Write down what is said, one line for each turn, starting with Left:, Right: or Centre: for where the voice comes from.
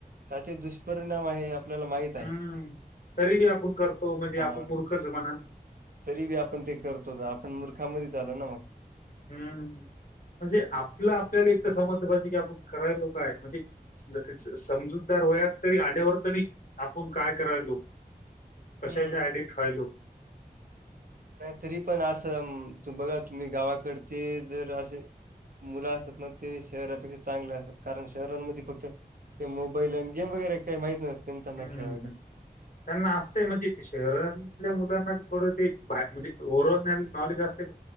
Right: त्याचे दुष्परिणाम आहे. आपल्याला माहीत आहे.
Left: हम्म तरी बी आपण करतो म्हणजे
Right: हां,
Left: आपण मूर्ख च आहे म्हणा.
Right: तरी बी आपण ते करतो आपण मुूर्खामध्ये झालो ना मग
Left: हम्म म्हणजे आपलं आपल्याला एक तर समजलं पाहिजे की आपण करायलो काय म्हणजे समजूतदार वयात तरी आल्यावर तरी आपण काय करायलो. कशाच्या
Right: हं.
Left: आयडीत राहिलो.
Right: नाही तरी पण असं बघा तुम्ही गावाकडचे जर असे मुलं असतात ना ते शहरापेक्षा चांगले असतात कारण शहरांमध्ये फक्त ते मोबाईल आणि गेम वगैरे काही माहीत नसते. त्यांना
Left: हम्म
Right: खेळ
Left: हम्म
Right: वगैरे.
Left: हम् त्यांना असतंय म्हणजे शहर मुलांना थोड म्हणजे ओ नॉलेज असते.